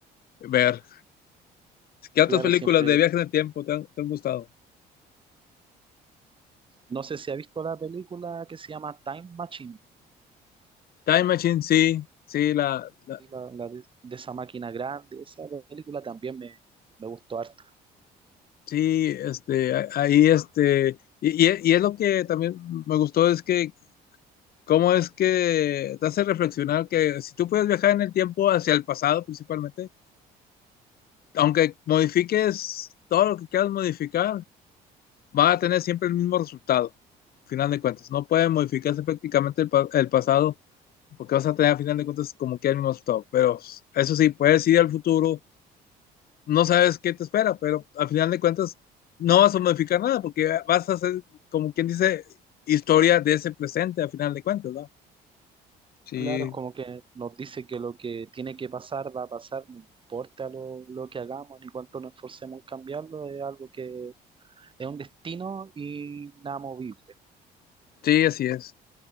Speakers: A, on the left; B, on the right.
A: ver. ¿Qué otras
B: claro,
A: películas
B: siempre.
A: de viajes de tiempo te han, te han gustado?
B: No sé si ha visto la película que se llama Time Machine,
A: Time Machine, sí, sí, la, la-
B: sí, la, la de, de esa máquina grande, esa película también me, me gustó harto.
A: sí, este, a- ahí, este, y, y- y es lo que también me gustó, es que cómo es que te hace reflexionar que si tú puedes viajar en el tiempo hacia el pasado principalmente, aunque modifiques todo lo que quieras modificar, va a tener siempre el mismo resultado, al final de cuentas. No puede modificarse prácticamente el, pa- el pasado, porque vas a tener a final de cuentas como que el mismo resultado. Pero eso sí, puedes ir al futuro, no sabes qué te espera, pero al final de cuentas no vas a modificar nada, porque vas a hacer, como quien dice, historia de ese presente al final de cuentas, ¿verdad? Sí,
B: Claro, es como que nos dice que lo que tiene que pasar va a pasar, no importa lo, lo que hagamos ni cuánto nos esforcemos en cambiarlo, es algo que es un destino inamovible.
A: sí, así es.